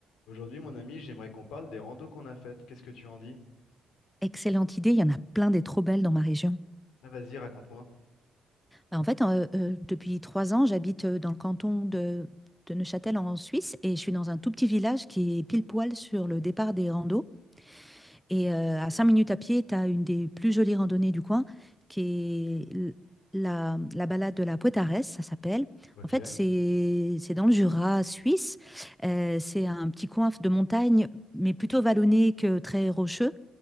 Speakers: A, on the left; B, in the centre.
A: Aujourd'hui, mon ami, j'aimerais qu'on parle des randos qu'on a faites. Qu'est-ce que tu en dis?
B: Excellente idée, il y en a plein des trop belles dans ma région.
A: Ah, vas-y, raconte-moi.
B: Bah, en fait, euh, euh, depuis trois ans, j'habite euh, dans le canton de, de Neuchâtel en Suisse et je suis dans un tout petit village qui est pile poil sur le départ des randos. Et euh,
A: Génial.
B: à cinq minutes à pied, tu as une des plus jolies randonnées du coin qui est l- la, la balade de la Poitaresse, ça s'appelle.
A: Ok.
B: En fait, c'est c'est dans le Jura suisse. Euh, c'est un petit coin de montagne, mais plutôt vallonné que très rocheux.